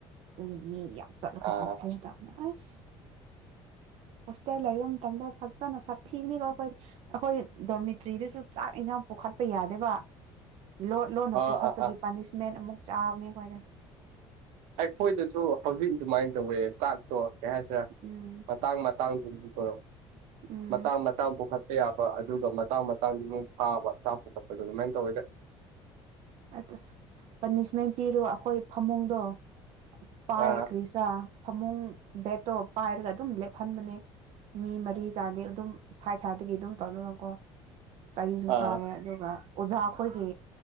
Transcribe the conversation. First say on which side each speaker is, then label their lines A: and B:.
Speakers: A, on the right; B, on the right.
A: ꯑꯗꯨꯒꯤ ꯃꯤ ꯌꯥꯝ ꯆꯠꯂꯒ
B: ꯑꯥ
A: ꯀꯝꯊꯩꯗ ꯑꯁ ꯍꯣꯁꯇꯦꯠ ꯂꯩꯕ ꯃꯇꯠꯗ ꯐꯖꯅ ꯁꯥꯊꯤꯅꯤꯒꯣ ꯑꯩꯈꯣꯏꯗꯤ ꯑꯩꯈꯣꯏ ꯗꯣꯃꯤꯇ꯭ꯔꯤꯗꯁꯨ ꯆꯥꯛ ꯌꯦꯟꯁꯥꯡ ꯄꯨꯈꯠꯄ ꯌꯥꯗꯕ ꯂꯣꯠ ꯂꯣꯟꯅ
B: ꯑꯥ
A: ꯄꯨꯈꯠꯄꯒꯤ
B: ꯑꯥ ꯑꯥ
A: ꯄꯥꯅꯤꯁꯃꯦꯟ ꯑꯃꯨꯛ ꯆꯥꯕꯅꯦ ꯑꯩꯈꯣꯏꯗ
B: ꯑꯩꯈꯣꯏꯗꯁꯨ ꯍꯧꯖꯤꯛ ꯑꯗꯨꯃꯥꯏꯅ ꯇꯧꯋꯦ ꯆꯥꯛꯇꯣ ꯀꯩ ꯍꯥꯏꯁꯤꯔꯥ
A: ꯎꯝ
B: ꯃꯇꯥꯡ ꯃꯇꯥꯡꯗꯨ ꯌꯦꯊꯣꯔꯛꯑꯣ
A: ꯎꯝ
B: ꯃꯇꯥꯡ ꯃꯇꯥꯡ ꯄꯨꯈꯠ ꯑ ꯌꯥꯕ ꯑꯗꯨꯒ ꯃꯇꯥꯡ ꯃꯇꯥꯡꯗꯤ ꯑꯗꯨ ꯐꯥꯕ ꯆꯥꯛꯄ ꯈꯣꯠꯄꯗꯣ ꯑꯗꯨꯃꯥꯏꯅ ꯇꯧꯋꯦꯗ
A: ꯑ ꯄꯥꯅꯤꯁꯃꯦꯟ ꯄꯤꯔꯣ ꯑꯩꯈꯣꯏ ꯐꯃꯨꯡꯗꯣ ꯄꯥꯏ
B: ꯑꯥ
A: ꯀ꯭ꯔꯤꯁꯥ ꯐꯃꯨꯡ ꯕꯦꯠꯇꯣ ꯄꯥꯏꯔꯒ ꯑꯗꯨꯝ ꯂꯦꯞꯍꯟꯕꯅꯦ ꯃꯤ ꯃꯔꯤ ꯆꯥꯗꯤ ꯑꯗꯨꯝ ꯁꯥꯏꯠ ꯁꯥꯏꯠꯇꯒꯤ ꯑꯗꯨꯝ ꯇꯧꯔꯒꯀꯣ ꯆꯍꯤꯁꯨ
B: ꯑꯥ
A: ꯆꯥꯏꯌꯦ ꯑꯗꯨ ꯑꯣꯖꯥ ꯑꯩꯈꯣꯏꯒꯤ